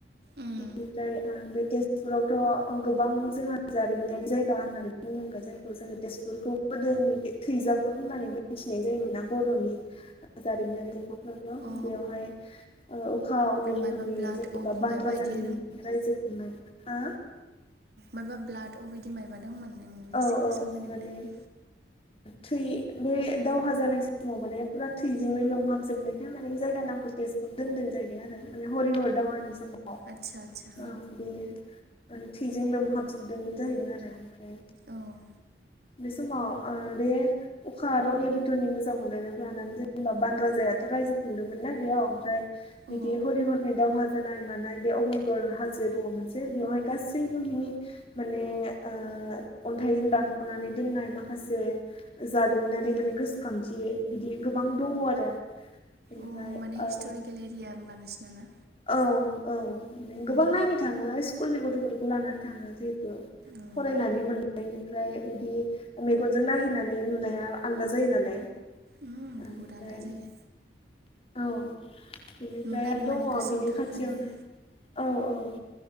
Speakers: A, on the right (about 60°); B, on the left (about 30°).
A: उम
B: बेनिफ्राय आ बे तेजपुरावथ' गोबां जोंहा जारिमिनारि जायगा होननानै बुनांगोन जायखौ जोङो तेजपुरखौ गोदोनि थैजाफुर होननानै मिथिनाय जायोमोनना बर'नि। जारिमिनारि नोंथां। थ'
A: अ
B: बेयावहाय अखा अनिरुधननि
A: माबा ब्लाड
B: जेनेबा
A: अफ
B: बान
A: माबा
B: राजानि
A: बिदि
B: रायजो खुंनाय। हा?
A: माबा ब्लाद अबेदि मायबा दंमोन। ओं एसे
B: औ औ
A: गोसोआव फैनांदों
B: माने थै बे दावहा जानाय समाव माने फुरा थै थैजोंनो लोमहाबजोबनायखाय माने जायगा नामखौ तटेजपुक दोनदों जाहैदों आरो। माने हरि हर दावहानि समाव
A: आदसा आदसा
B: ओं बे माने थैजों लोमहाबजोबदोंमोन जाहैदों आरो ओमफ्राय
A: ओं
B: बे समाव ओ बे अखा रनिरुधनि मोजां मोनलायनायखौ लानानै जेनबा बान राजायाथ' राय्जो खुंदोंमोनना बेयाव ओमफ्राय
A: औ
B: बिदि हर हरनि दावहा जानाय मानाय बे अगनिगर हाजो दङ मोनसे बेवहाय गासैबो बिनि माने ओ अन्थाइजों दानख'नानै दोननाय माखासे जारिमिनारि
A: अ उम
B: माने गोसोखांथि बिदि गोबां दंओ आरो बिनिफ्राय
A: अ माने हिस्ट'रिकेल
B: ओ
A: एरिया होमबा नोंसिना ना
B: औ औ गोबां
A: उम
B: नायनो थाङो स्कुलनि गथ'फोरखौ लानानै थाङो जेबो
A: उम
B: फरायनानै बेनिफ्राय बिदि मेगनजों नायहैनानै नुनाया आलदा जायो नालाय।
A: उम
B: फ्राय
A: बहुद आलदा जायो
B: औ। बेनिफ्राय
A: नुनानै
B: आरो दङ
A: माने गोसोआव
B: बिनि
A: थाखायो
B: खाथियावनो औ औ।